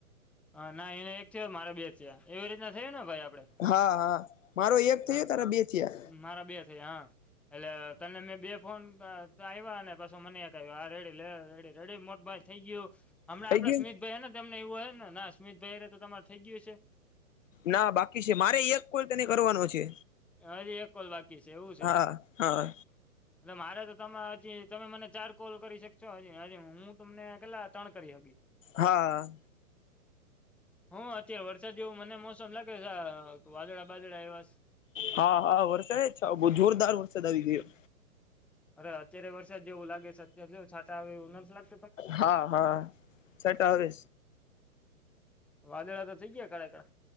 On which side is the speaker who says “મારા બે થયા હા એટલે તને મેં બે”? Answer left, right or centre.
Centre